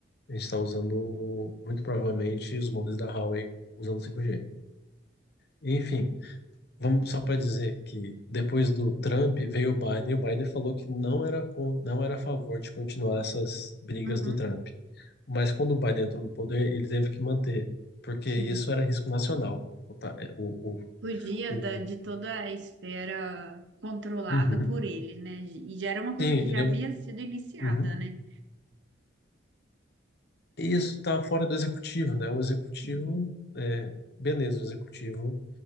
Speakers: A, on the left; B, on the right.
A: a gente tá usando muito provavelmente os modelos da Huawei usando 5G. Enfim, vamos só para dizer que depois do Trump veio o Biden e o Biden falou que não era, con- não era a favor de continuar essas brigas
B: Uhum,
A: do Trump. Mas quando o Biden entrou no poder, ele teve que manter, porque
B: Sim.
A: isso era risco nacional. O, ta- o,
B: Fugia
A: o, o-
B: da, de toda a esfera controlada
A: Uhum.
B: por ele, né? E já era uma coisa
A: Sim,
B: que já
A: ele,
B: havia sido iniciada,
A: uhum.
B: né?
A: isso está fora do executivo, né? O executivo,
B: Uhum,
A: é, beleza, o executivo